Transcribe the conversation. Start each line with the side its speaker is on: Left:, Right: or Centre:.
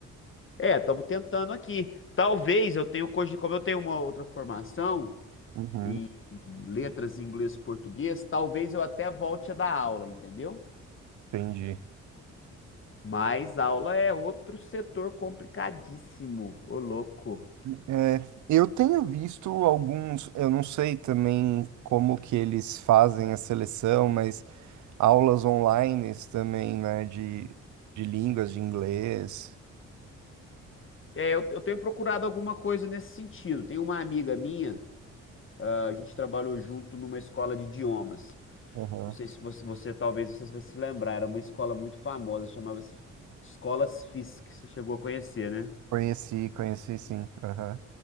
Left: É, estamos tentando aqui. Talvez eu tenha, cogi- como eu tenho uma outra formação
Right: Uhum.
Left: em em letras em inglês e português, talvez eu até volte a dar aula, entendeu?
Right: Entendi.
Left: Mas aula é outro setor complicadíssimo, ô louco.
Right: É, eu tenho visto alguns, eu não sei também como que eles fazem a seleção, mas aulas online também, né, de, de línguas, de inglês.
Left: É, eu, eu tenho procurado alguma coisa nesse sentido. Tem uma amiga minha, ah, a gente trabalhou junto numa escola de idiomas.
Right: Aham.
Left: Não sei se você, você talvez você vai se lembrar, era uma escola muito famosa, chamava-se Escolas Fisk, que você chegou a conhecer, né?
Right: Conheci, conheci sim. Aham,